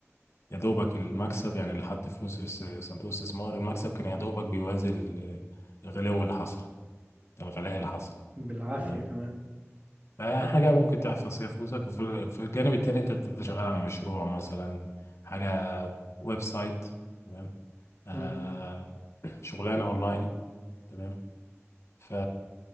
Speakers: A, on the left (about 65°); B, on the right (about 30°).
A: يا دوبك المكسب يعني اللي حط فلوس في الس- صندوق الاستثمار المكسب كان يا دوبك بيوازي ال- الغلو اللي حصل الغلاء اللي حصل
B: بالعافية
A: تمام
B: كمان
A: فيعني حاجة ممكن تحفظ فيها فلوسك وفي ال- في الجانب التاني أنت بتبقى شغال على مشروع مثلا حاجة ويب سايت تمام آه
B: مم.
A: شغلانة أونلاين تمام ف